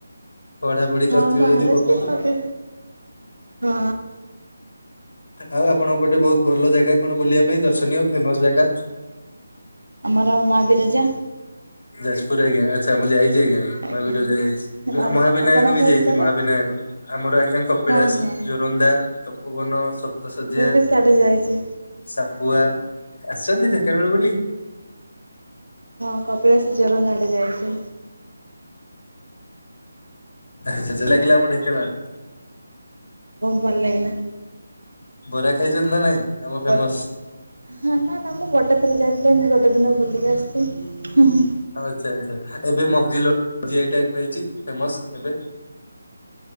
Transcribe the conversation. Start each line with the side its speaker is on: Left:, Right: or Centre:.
Left: ପଢାପଢି
Right: ହଁ
Left: କରିଥିବେ
Right: ହଁ ବାହାର
Left: ଯଦି ପକାନ୍ତୁ
Right: ଯେ ତାପରେ ହଁ
Left: ଆଉ ଆପଣଙ୍କ ପଟେ ବହୁତ ଭଲ ଜାଗା କଣ ବୁଲିବା ପାଇଁ ଦର୍ଶନୀୟ ଫେମସ ଜାଗା?
Right: ଆମର ମା ବିରଜା
Left: ଯାଜପୁର ଆଜ୍ଞା। ଆଚ୍ଛା ମୁଁ ଯାଇଚି ଆଜ୍ଞା।
Right: ଆଜ୍ଞା।
Left: ମୁଁ ଆଗୁରୁ ଯାଇଚି।
Right: ଆଉ
Left: ମହାବିନାୟକ
Right: ଆପଣଙ୍କର
Left: ବି ଯାଇଚି
Right: କୁଆଡେ?
Left: ମହାବିନାୟକ। ଆମର ଆଜ୍ଞା କପିଳାସ,
Right: ହଁ ହଁ
Left: ଜୋରନ୍ଦା। ତପୋବନ, ସପ୍ତଶଯ୍ୟା।
Right: ମୁଁ ବି ସିଆଡେ ଯାଇଛି।
Left: ସାପୁଆ। ଆସିଚନ୍ତି ଢେଙ୍କାନାଳ ବୁଲି?
Right: ହଁ କପିଳାସ, ଜୋରନ୍ଦା ଆଡେ ଯାଇଚି।
Left: ଆଚ୍ଛା ଛା ଲାଗିଲା ଆମ ଢେଙ୍କାନାଳ?
Right: ବହୁତ୍ ଭଲ୍ ଲାଗିଲା।
Left: ବରା ଖାଇଚନ୍ତି ନା ନାଇଁ? ଆମ
Right: ଗୋଟେ
Left: ଫେମସ୍।
Right: ହଁ ନା ନା ମୁଁ ଗୋଟେ ଥରେ ଯାଇଥିଲି। ମୁଁ ଗୋଟେ ଦିନ ବୁଲିକି ଆସଚି। ହୁଁ ହୁଁ।
Left: ଆଚ୍ଛା ଆଚ୍ଛା ଏବେ ମଗଜି ଲ ଜି ଆଇ ଟ୍ୟାଗ୍ ପାଇଚି ଫେମସ୍ ଏବେ।